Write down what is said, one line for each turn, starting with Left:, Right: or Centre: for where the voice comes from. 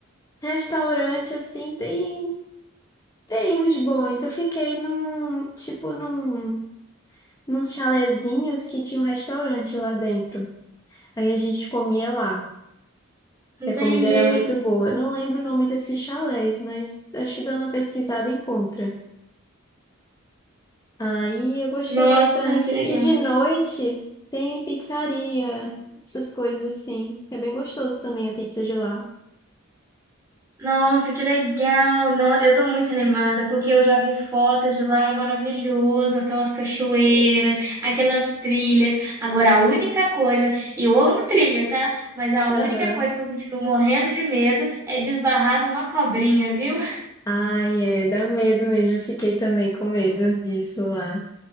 Left: restaurante assim, tem tem uns bons. Eu fiquei num, tipo num nos chalezinhos que tinha um restaurante lá dentro. Aí a gente comia lá.
Right: Entendi.
Left: E a comida era muito boa. Eu não lembro o nome desses chalés, mas acho que dando uma pesquisada encontra. Aí eu gostei
Right: Nossa,
Left: bastante.
Right: que legal.
Left: E de noite tem pizzaria, essas coisas assim. É bem gostoso também a pizza de lá.
Right: Nossa, que legal! No- Eu tô muito animada porque eu já vi fotos de lá e é maravilhoso, aquelas cachoeiras, aquelas trilhas. Agora, a única coisa, e eu amo trilha, tá? Mas a única
Left: Aham.
Right: coisa que eu continuo morrendo de medo é desbarrar numa cobrinha, viu? <laughs>
Left: Ai, é, dá medo mesmo. Eu fiquei também com medo disso lá.